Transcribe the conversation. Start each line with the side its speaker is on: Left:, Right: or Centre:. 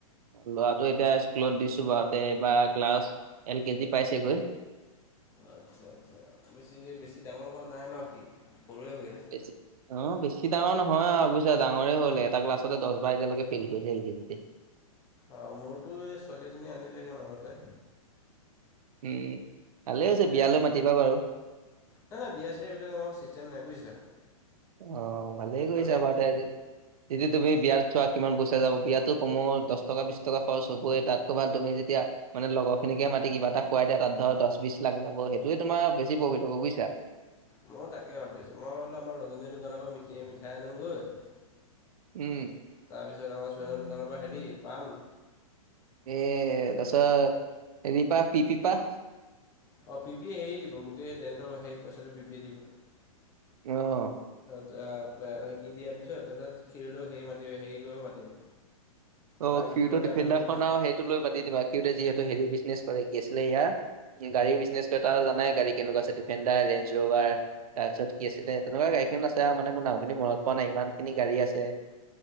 Right: ল'ৰাটো এতিয়া স্কুলত দিছো বাৰতে এই বাৰ ক্লাছ এল কেজি পাইছেগৈ।
Left: আচ্ছা-আচ্ছা বেছি-বেছি ডাঙৰ হোৱা নাই ন সি, সৰুৱে হৈ আছে।
Right: ক <inaudible> অ', বেছি ডাঙৰ নহয় আৰু বুজিছা ডাঙৰে হল এটা ক্লাছতে দহ বাৰ এতিয়া লৈকে ফেইল কৰিচে ল কেই জীতে।
Left: অ', মোৰতো এই ছোৱালীজনী আনিলেগৈ মাজতে।
Right: উম, ভালে হৈছে
Left: এতিয়া
Right: বিয়ালৈ মাতিবা বাৰু।
Left: নাই নাই বিয়া ছিয়া এইবিলাক আমাৰ চিষ্টেম নাই বুজিছা।
Right: অ', ভালেই কৰিছা
Left: মানে
Right: বাৰু তে আজি - এতিয়া তুমি বিয়াত চোৱা কিমান পইচা যাব বিয়াতো কমো দহ টকা বিছ টকা খৰচ হ'বই তাতকবা তুমি যেতিয়া মানে লগৰ খিনিকে মাতি কিবা এটা খুৱাই দিয়া তাত ধৰ দহ বিশ লাখ যাব সেইটোয়ে তোমাৰ বেছি প্ৰফিট হব বুজিছা।
Left: মই তাকে ভাবি আছোঁ, মই ব'লো আমাৰ ৰজনীৰ দোকানৰ পৰা মিঠ মিঠাই আনোগৈ
Right: উম।
Left: তাৰপিছত আমাৰ চুৰেঙৰ দোকানৰ পৰা হেৰি পান
Right: এ তাৰ পিছত হেৰিপা পি পিপা?
Left: অ', পি পি হেয়ি দিব গোটেই টেণ্টৰ হেই পইচাটো পি পি এই দিব।
Right: অ'
Left: ত সি দিয়াৰ পিছত তাৰপিছত খিৰোদক হেৰি মাতি হেৰি কৰিব মাতিম।
Right: অ',
Left: পানীটো
Right: ক্ষীৰোদৰ
Left: লৈ
Right: ডিফেণ্ডাৰ
Left: তাক আনিব
Right: খন
Left: দিছোঁ
Right: আৰু সেইটো লৈ মাতি দিবা ক্ষীৰোদে যিহেতু হেৰি বিজনেছ কৰে কি আছিলে ইয়াৰ গাড়ী বিজনেছ কৰে তাৰ জানাই গাড়ী কেনেকুৱা আছে ডিফেণ্ডাৰ, ৰেঞ্জৰভাৰ। তাৰপিছত কি আছিলে তেনেকুৱা গাড়ীখন আছে মনে মোৰ নামখিনি মনত পৰা নাই ইমাখিনি গাড়ী আছে।